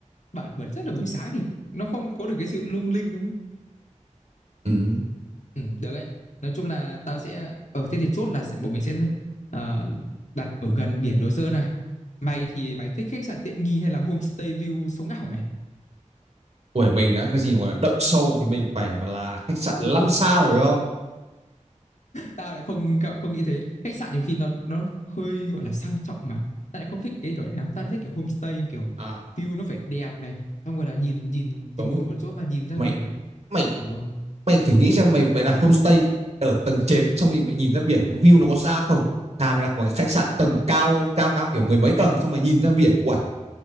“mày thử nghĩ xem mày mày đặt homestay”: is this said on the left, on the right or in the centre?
Right